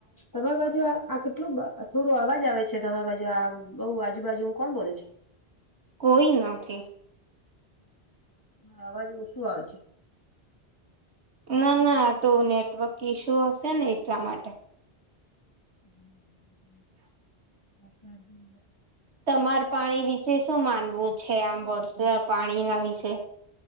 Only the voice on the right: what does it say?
કોઈ નથી
ના ના તો નેટવર્ક ઈસ્યુ હશે ને એટલા માટે
તમાર પાણી વિશે શું માનવું છે આમ વર્ષ પાણીના વિશે